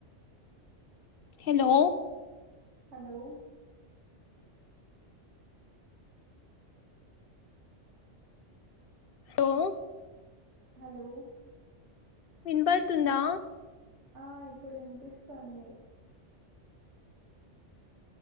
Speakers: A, on the left; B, on the right.
A: హలో
B: హలో
A: లో
B: హలో
A: వినపడుతుందా
B: ఆ ఇప్పుడు వినిపిస్తోంది